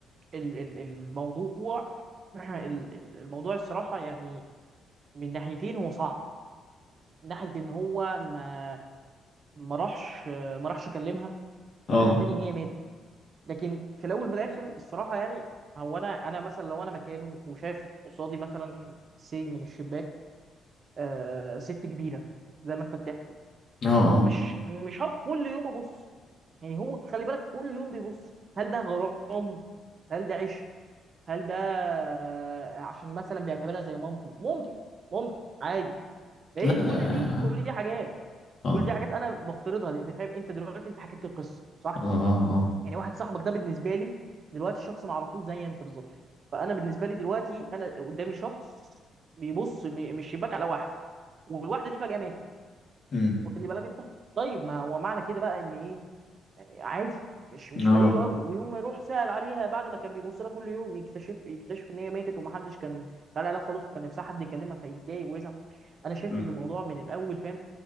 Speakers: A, on the right; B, on the left.
A: ال ال الموضوع <clears throat> ال- ال- الموضوع الصراحه يعني من ناحيتين هو صعب من ناحيه ان هو ما ما راحش ما راحش كلمها
B: اه
A: من ناحيه تانية هي ماتت لكن في الاول وفي الاخر الصراحه يعني هو انا انا مثلا لو انا مكانه وشاف قصادي مثلا سي من الشباك آه ست كبيره زي ما انت بتحكي
B: اه اه
A: مش مش هقعد كل يوم ابص يعني هو خلي بالك كل يوم بيبص هل ده غرام هل ده عشق هل ده آه، عشان مثلا بيعتبرها زي مامتي ممكن ممكن عادي هي
B: لا لا
A: كل دي كل دي حاجات
B: اه
A: كل دي حاجات انا بفترضها لان فاهم انت دلوقتي انت حكيت لي قصه صح
B: اه اه اه
A: يعني واحد صاحبك ده بالنسبه لي دلوقتي شخص ما اعرفوش زي انت بالظبط فانا بالنسبه لي دلوقتي انا قدامي شخص بيبص م- من الشباك على واحد والواحده دي فجاه ماتت
B: امم
A: واخد لي بالك انت طيب ما هو معنى كده بقى ان ايه عادي مش مش
B: اه
A: فريق له قوي ويوم ما يروح سأل عليها بعد ما كان بيبص لها كل يوم يكتشف يكتشف ان هي ماتت ومحدش كان سأل عليها خالص وكان نفسها حد يكلمها فيتضايق ويزعل انا شايف
B: مم.
A: ان الموضوع من الاول فاهم